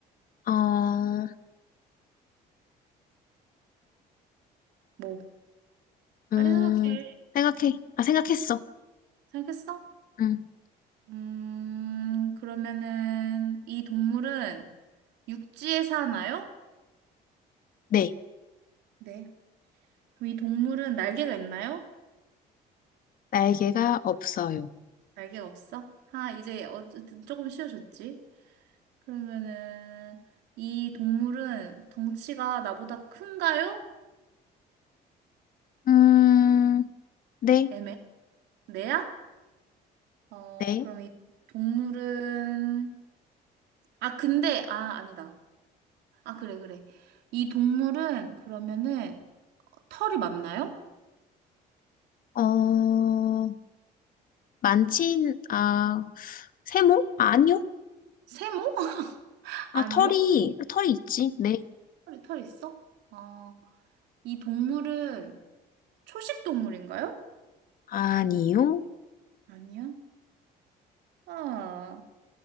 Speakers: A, on the left; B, on the right.
A: 어, 어,
B: 뭐,
A: 음,
B: 빨리 생각해.
A: 생각해. 아, 생각했어.
B: 생각했어?
A: 응.
B: 음, 그러면은 이 동물은 육지에 사나요?
A: 네,
B: 네. 그럼 이 동물은 날개가 있나요?
A: 날개가 없어요.
B: 날개가 없어? 아, 이제 어쨌든 조금 쉬워졌지. 그러면은 이 동물은 덩치가 나보다 큰가요?
A: 음, 네,
B: 애매? 내야? 어,
A: 네.
B: 그럼 이 동물은 아, 근데 아, 아니다. 아, 그래, 그래. 이 동물은 그러면은 털이 많나요?
A: 어, 많진 아, 세모? 아, 아니요.
B: 세모? <laughs>
A: 아,
B: 아니요?
A: 털이 털이 있지. 네.
B: 털이 털 있어? 아, 이 동물은 초식 동물인가요?
A: 아니요.
B: 아니요. 아,